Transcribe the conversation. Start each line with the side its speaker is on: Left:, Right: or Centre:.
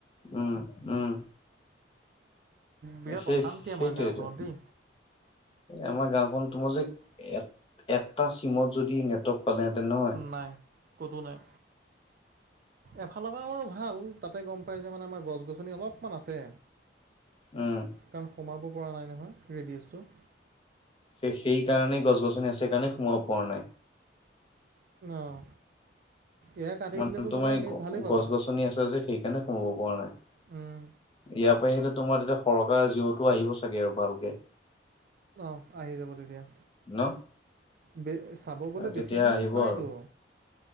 Left: উম, উম।
Right: বিৰাট
Left: সেই
Right: অশান্তি
Left: সেইটাইতো।
Right: আমাৰ গাঁওখনত দেই
Left: আমাৰ গাঁওখন তোমাৰ যে এ এটা চিমত যদি নেটৱৰ্ক পালেহেঁতেন নহয়
Right: নাই কতো নাই। এফালৰ পৰাও আৰু ভাল তাতে গম পায় যে মানে আমাৰ গছ গছনি অলপমান আছে।
Left: উম।
Right: কাৰণ সোমাব পৰা নাই নহয় ৰেডিয়'ছটো।
Left: স সেইকাৰণেই গছ গছনি আছে কাৰণে সোমাব পৰা নাই।
Right: অঁ এয়া কাটি
Left: মানে
Right: দিলেতো
Left: তোমাৰ এই
Right: নেট
Left: গছ
Right: ভালেই পাবা
Left: গছনি আছে যে সেই সে সোমাব পৰা নাই।
Right: উম।
Left: ইয়াৰ প আহিলে তোমাৰ এতিয়া সৰকা জিঅ'তো আহিব চাগে আৰু ভালকে।
Right: অ', আহি যাব তেতিয়া
Left: ন?
Right: ব চাব গ'লে
Left: তেতিয়া
Right: বেছি দূৰত
Left: আহিব
Right: নাইতো।
Left: আৰু